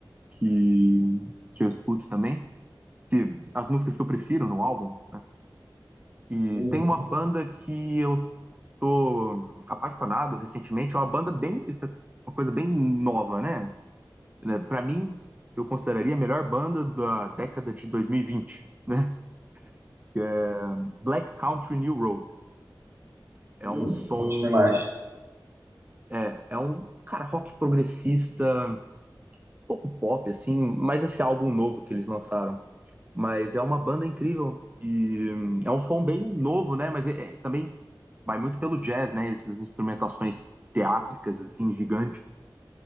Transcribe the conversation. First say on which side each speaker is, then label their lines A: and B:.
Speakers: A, on the right; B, on the right.
A: que, que eu escuto também, que as músicas que eu prefiro no álbum. né? E
B: Uhum.
A: tem uma banda que eu tô apaixonado recentemente, é uma banda bem, uma coisa bem nova, né? Né, Pra mim, eu consideraria a melhor banda da década de 2020, né? Que é Black Country New Road. É
B: Hum,
A: um som,
B: conte-me mais.
A: é, é um cara rock progressista, um pouco pop assim, mas esse álbum novo que eles lançaram Mas é uma banda incrível e hum, é um som bem novo, né? Mas é- é- também vai muito pelo jazz, né? Essas instrumentações teátricas, assim, gigantes.